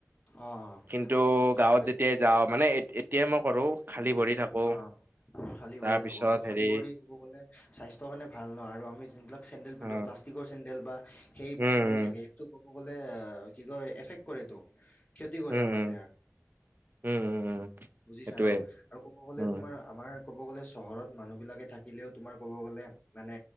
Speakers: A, on the left (about 30°); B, on the right (about 40°).
A: অ অ
B: কিন্তু
A: সেইটোৱে
B: গাঁৱত যেতিয়াই যাওঁ, মানে এতিয়াই মই কৰো খালি কৰি থাকো।
A: অ খালী
B: তাৰপিছত
A: ভৰি থাকো আৰু
B: হেৰি
A: খালী ভৰি কবগলে স্বাস্থৰ কাৰণে ভাল নহ আৰু আমি যোনবিলাক চেণ্ডেল
B: অ
A: পিন্ধো পাষ্টি কৰ চেণ্ডেল বা সেই
B: উম, উম,
A: চেণ্ডেল থাকে সেইটো ক'ব গলে কি কয় এফেক্ট কৰেতো। ক্ষতি কৰি
B: উম,
A: আমাৰ
B: উম,
A: দেহাক।
B: উম, উম, উম,
A: বুজিছা
B: সেইটোৱে
A: ন আৰু ক'ব গ'লে
B: উম,
A: তোমাৰ আমাৰ ক'ব গলে চহৰত মানুহ বিলাকে থাকিলেও তোমাৰ ক'ব গলে মানে